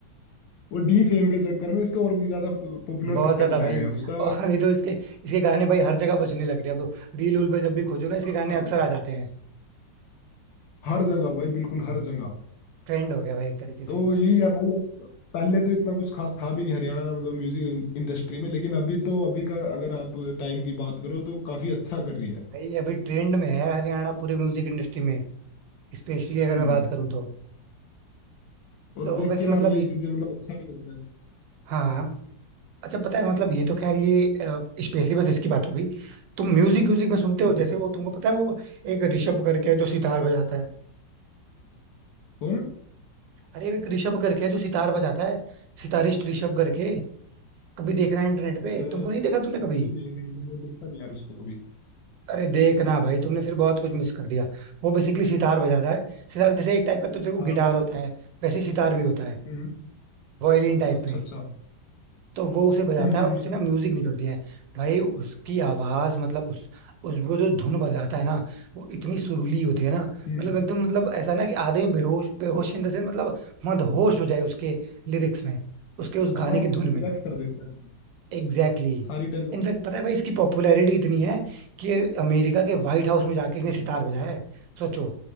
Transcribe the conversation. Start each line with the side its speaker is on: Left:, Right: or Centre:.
Left: वो डी फेम के चक्कर में इसको और भी ज्यादा पॉपुलर
Right: बहुत
Left: करके
Right: ज्यादा
Left: चला
Right: भाई
Left: गया उसका
Right: <laughs> और नहीं तो इसके इसके गाने भाई हर जगह बजने लग रहे हैं अब तो रील उल पे जब भी खोजो ना इसके
Left: हाँ
Right: गाने अक्सर आ जाते हैं
Left: हर जगह भाई बिल्कुल हर जगह
Right: ट्रेंड हो गया भाई एक तरीके से
Left: तो यही है भाई पहले तो इतना कुछ खास था भी नहीं हरियाणा मतलब म्यूजिक इंडस्ट्री में लेकिन अभी तो अभी का अगर आप टाइम की बात करो तो काफी अच्छा कर रही है
Right: भाई अभी ट्रेंड में है हरियाणा पूरे म्यूजिक इंडस्ट्री में स्पेशली अगर
Left: हम्म
Right: मैं बात करूँ तो
Left: और
Right: तो
Left: देख
Right: वैसे
Left: के यार
Right: मतलब
Left: ये
Right: ये-
Left: चीजें मतलब अच्छा भी लगता है
Right: हाँ हाँ। अच्छा पता है मतलब ये तो खैर ये स्पेशली बस इसकी बात हो गई तुम म्यूजिक म्यूजिक में सुनते हो
Left: हम्म,
Right: जैसे वो तुमको पता है वो एक ऋषभ करके है जो सितार बजाता है
Left: कौन
Right: अरे वो एक ऋषभ करके है जो सितार बजाता है सितारिस्ट ऋषभ करके कभी देखना है इंटरनेट पे
Left: अ, नहीं
Right: तुमको नहीं देखा तुमने कभी
Left: नहीं नहीं मैंने देखा नहीं यार उसको कभी
Right: अरे देखना भाई तुमने फिर बहुत कुछ मिस कर दिया वो बेसिकली सितार बजाता है सितार जैसे एक टाइप का तुझे वो
Left: हाँ
Right: गिटार होता है वैसे ही सितार भी होता है
Left: हम्म
Right: वायलिन टाइप
Left: अच्छा
Right: में
Left: अच्छा
Right: तो वो उसे बजाता
Left: हम्म हम्म
Right: है और उससे
Left: हम्म
Right: ना म्यूजिक निकलती है भाई उसकी आवाज मतलब उस उस वो जो धुन बजाता है ना वो इतनी सुरीली होती है ना
Left: हम्म,
Right: मतलब एकदम मतलब ऐसा ना कि आदमी बेहोश बेहोश इन द सेंस, मतलब मदहोश हो जाए उसके लिरिक्स में उसके उस
Left: हाँ
Right: गाने
Left: मतलब
Right: की धुन
Left: रिलैक्स
Right: में
Left: कर देता है
Right: Exactly exactly.
Left: सारी टेंशन
Right: इनफैक्ट पता है भाई इसकी पॉपुलैरिटी इतनी है कि ये अमेरिका के व्हाइट हाउस में जाके इसने सितार बजाया है सोचो